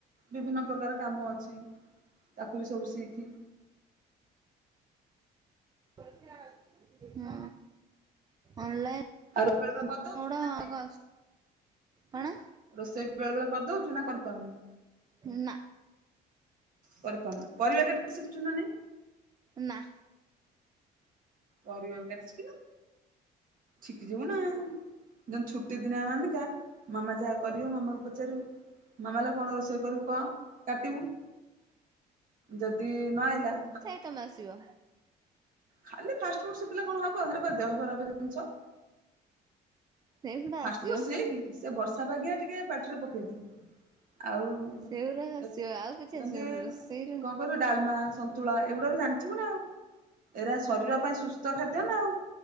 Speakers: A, on the right; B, on the right.
A: ବିଭିନ୍ନ ପ୍ରକାର କାମ ଅଛି। ତାକୁ ବି ସବୁ ସିଖି।
B: ହ ଅନଲାଇନ୍
A: ଆଉ ବେଳେ ବେଳେ କରିଦଉଛୁ
B: କାମ
A: ନା ନାଇଁ
B: ଗୁଡା କଣ?
A: ରୋଷେଇ ବି ବେଳେ ବେଳେ କରି ଦଉଛୁ ନା କରିପାରୁନୁ?
B: ନା।
A: କରିପପାରୁନୁ ପରିବା କାଟି ଶିଖିଚୁ ନା ନାହିଁ।
B: ନା।
A: ପରିବା ବି କାଟି ଶିଖିନ ଶିକି ଯିବୁ ନା? ଯେମିତି ଛୁଟି ଦିନ ମାନେକା ମାମା ଯାହା କରିବ ମାମାଙ୍କୁ ପଚାରିବୁ? ମାମାଲୋ କଣ ରୋଷେଇ କରିବୁ କଣ କାଟିବୁ? ଯଦି ନ ଆଇଲା
B: ଉତମ ଆସିବ।
A: ଖାଲି ଫାଷ୍ଟଫୁଡ ଶିଖିଲେ କଣ ହବ ହେରା ପା ଦେହ ଖରାପ ଜିନିଷ।
B: ସେଗୁଡା
A: ଫାଷ୍ଟଫୁଡ
B: ଆସିବ
A: ସିକି ସେ ବର୍ଷା ପାଗିଆ ଟିକେ ପାଟିରେ ପକେଇଦେ। ଆଉ
B: ସେଗୁଡା ଆସିବ
A: ଯେମିତି
B: ଆଉ କିଛି ଆସିବନି ରୋଷେଇର
A: କଣ? ଧର ଡାଲମା ସନ୍ତୁଳା ଏଗୁଡା ବି ଜାଣିଥିବ ନା ଆଉ ଏରା ଶରୀର ପାଇଁ ସୁସ୍ଥ ଖାଦ୍ୟ ନା ଆଉ